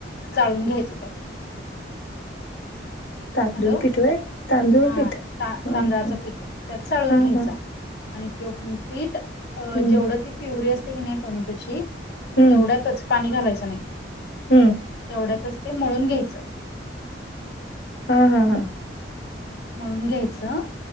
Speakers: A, on the left; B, on the left.
A: चाळून घ्यायचं त्यात
B: तांदूळ
A: हॅलो
B: पीठ व्हय तांदूळ
A: हा
B: पीठ
A: ता-तांदळाचं
B: हा हा
A: पीठ त्यात चाळून
B: हा
A: घ्यायच
B: हा
A: आणि तो पीठ
B: हम्म
A: जेवढं अं.. ती प्युरी असते की नाही टोमॅटोची
B: हम्म
A: तेवढ्यातच पाणी घालायचं नाही
B: हम्म
A: तेवढ्यातच ते मळून घ्यायचं
B: हा हा हा
A: मळून घ्यायचं